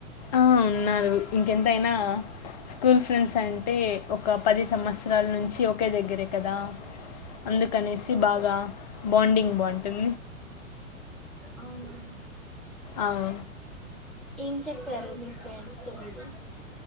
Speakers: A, on the left (about 30°); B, in the centre.
A: ఆ ఉన్నారు ఇంకెంతైనా స్కూల్ ఫ్రెండ్స్ అంటే ఒక పది సంవత్సరం నాలు నుంచి ఓకె దగ్గరే కదా అందుకనేసి
B: ఓహో
A: బాగా బొంది ఎన్ని
B: అవునా
A: అవు
B: ఏం చెప్పారు మీ ఫ్రెండ్స్ తొమ్మిది